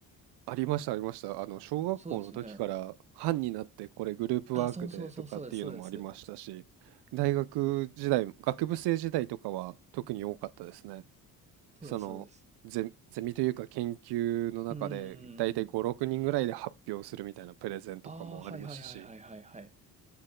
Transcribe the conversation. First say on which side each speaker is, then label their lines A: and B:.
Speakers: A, on the right (about 80°); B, on the right (about 15°).
A: ありましたありました。あの、小学校の時から班になってこれグループワークでとかっていうのもありましたし、
B: そうですね。あ、そうそうそうそうです、そうです。
A: 大学時代、学部生時代とかは特に多かったですね。
B: そうです、
A: そのゼ、
B: そうです。
A: ゼミというか研究の中でだいたい5、
B: うーん。
A: 6人ぐらいで発表するみたいなプレゼンとかもありましたし、
B: ああ、はいはいはいはいはいはい。